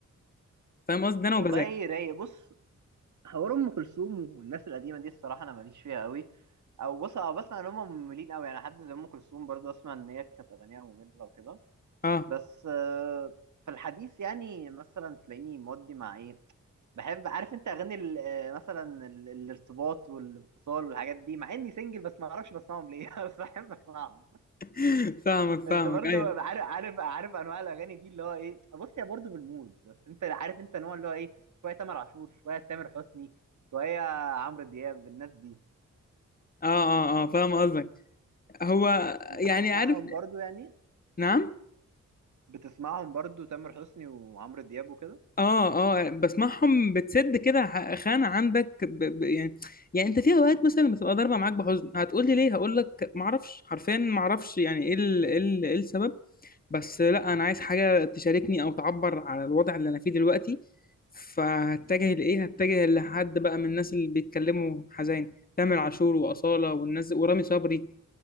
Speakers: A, on the left (about 30°); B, on the right (about 75°).
A: فاهم قصدي ده انا
B: والله
A: وبذاكر
B: رايق بص حوار ام كلثوم والناس القديمه دي الصراحه انا ماليش فيها قوي او بص او بسمع ان هم مملين قوي يعني حد زي ام كلثوم برضه اسمع ان هي كانت اغانيها ممله وكده
A: اه
B: بس آه، في الحديث يعني مثلا تلاقيني مودي مع ايه بحب عارف انت اغاني ال- آه، مثلا ال- الارتباط والانفصال والحاجات دي مع اني سنجل بس ما اعرفش بسمعهم ليه <laughs> بس بحب اسمعهم
A: <laughs> فاهمك
B: انت
A: فاهمك
B: برضو
A: ايوه
B: عارف عارف عارف انواع الاغاني دي اللي هو ايه بص هي برضو بالمود بس انت عارف انت نوع اللي هو ايه شويه تامر عاشور شويه تامر حسني شويه عمرو دياب الناس دي
A: اه اه اه فاهم قصدك هو
B: انت
A: يعني
B: بتسمعهم
A: عارف
B: برضو يعني
A: نعم
B: بتسمعهم برضو تامر حسني وعمرو دياب وكده
A: اه اه بسمعهم بتسد كده ح- خانه عندك ب ب يعني يعني انت في اوقات مثلا بتبقى ضاربه معاك بحزن هتقول لي ليه هقول لك ما اعرفش حرفيا ما اعرفش يعني ايه ال- ايه ال- إيه السبب بس لا انا عايز حاجه تشاركني او تعبر على الوضع اللي انا فيه دلوقتي فهتجه لايه هتجه لحد بقى من الناس اللي بيتكلموا حزين تامر عاشور واصاله والناس ورامي صبري